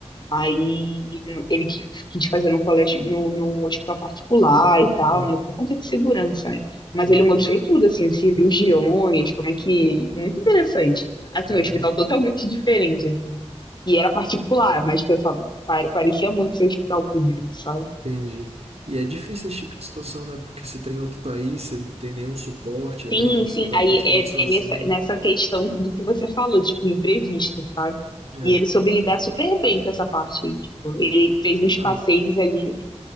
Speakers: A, on the left; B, on the right.
A: Aí ele, ele qui- quis fazer no colégio, no, no hospital particular e tal,
B: uhum,
A: né? Por conta de segurança, né? Mas
B: entendi.
A: ele mostrou tudo, assim, os cirurgiões, como é que. Muito interessante. Assim,
B: Caramba.
A: um hospital totalmente diferente, assim. E era particular, mas pensava, pare- parecia muito ser hospital público, sabe?
B: Entendi. E é difícil esse tipo de situação, né? Porque você tá em outro país, você não tem nenhum suporte ali,
A: Sim,
B: tá,
A: sim.
B: tá
A: Aí
B: praticamente
A: é,
B: sozinho.
A: é nessa, nessa questão do que você falou, tipo, imprevisto, sabe?
B: É,
A: E ele soube lidar super bem com essa parte aí, tipo, ele fez uns
B: ah,
A: passeios ali